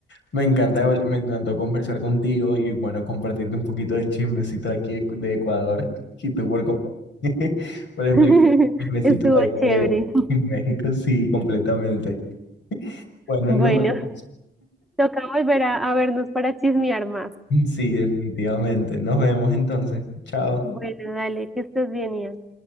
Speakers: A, on the left; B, in the centre.
A: me encanta, habl- me encantó conversar contigo y bueno, compartirte un poquito del chismecito de aquí de, de Ecuador <laughs> y tú por, compa- <laughs> por explicar
B: <laughs>
A: el chismecito
B: Estuvo
A: de ahí
B: chévere.
A: de México, sí, completamente. <laughs> Bueno,
B: Bueno,
A: nos vemos.
B: toca volver a, a vernos para chismear más.
A: Sí, definitivamente. Nos vemos entonces. Chao.
B: Bueno, dale, que estés bien, Ian.